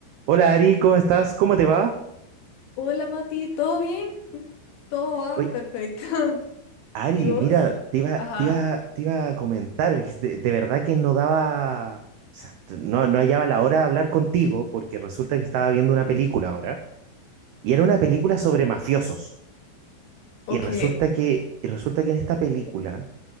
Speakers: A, on the right (about 85°); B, on the left (about 75°).
A: Hola Ari, ¿cómo estás? ¿Cómo te va?
B: Hola Mati, ¿todo bien? Todo va
A: Oye,
B: perfecto. <laughs>
A: Ari,
B: ¿Y vos?
A: mira, te iba,
B: Ajá,
A: te iba, te iba a comentar, es de, de verdad que no daba, o sea, t- no, no hallaba la hora de hablar contigo porque resulta que estaba viendo una película ahora y era una película sobre mafiosos
B: ok,
A: y resulta que, y resulta que en esta película